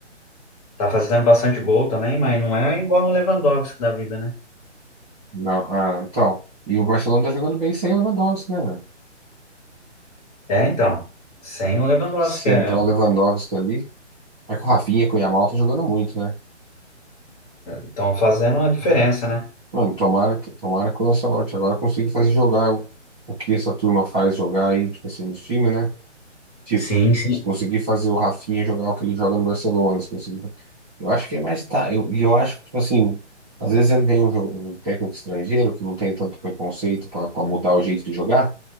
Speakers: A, on the left; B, in the centre.
A: tá fazendo bastante gol também, mas não é igual o Lewandowski da vida, né?
B: Não, ah, então. E o Barcelona tá jogando bem sem o Lewandowski, né,
A: É, então, sem o Lewandowski,
B: Se
A: é
B: entrar o Lewandowski ali. É que o Rafinha com o Yamal tá jogando muito, né?
A: estão fazendo a diferença, né?
B: Mano, tomara, que- tomara que o Ancelotti agora consiga fazer jogar o, o que essa turma faz jogar aí, tipo assim, nos times, né? Tipo,
A: Sim, sim,
B: se conseguir fazer o Rafinha jogar o que ele joga no Barcelona, se conseguir. fa- Eu acho que é mais tá. Eu, e eu acho que, tipo assim, às vezes vem um, jo- um técnico estrangeiro que não tem tanto preconceito pra pra mudar o jeito de jogar,